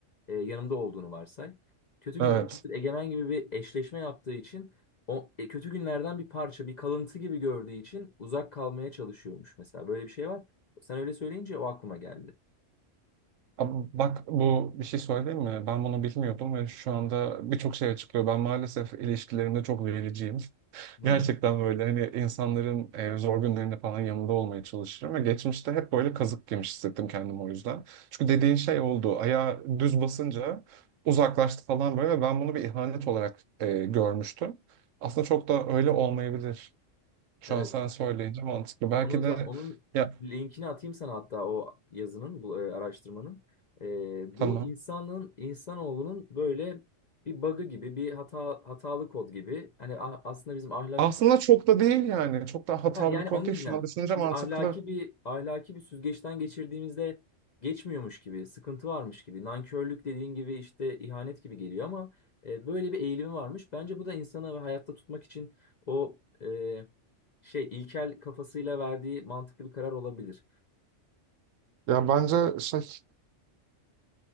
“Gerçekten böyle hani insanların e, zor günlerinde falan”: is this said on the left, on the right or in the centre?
Right